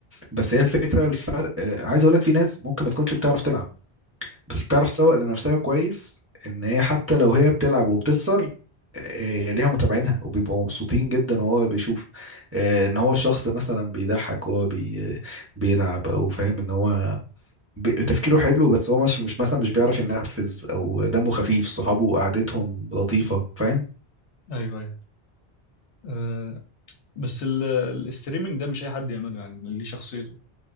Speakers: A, on the right (about 15°); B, on the left (about 85°).
A: بس هي الفكرة الفرق آه، عايز أقول لك في ناس ممكن ما تكونش بتعرف تلعب بس بتعرف تسوق لنفسها كويس ان هي حتى لو هي بتلعب وبتخسر آه، ليها متابعينها وبيبقوا مبسوطين جدا وهو بيشوف آه، ان هو الشخص مثلا بيضحك وهو بي بيلعب او فاهم ان هو ب- تفكيره حلو بس هو مش مش مثلا مش بيعرف ينفذ او دمه خفيف صحابه قعدتهم لطيفة فاهم
B: أيوه أيوه أه بس ال- الاستريمنج ده مش أي حد يعمله يعني اللي ليه شخصيته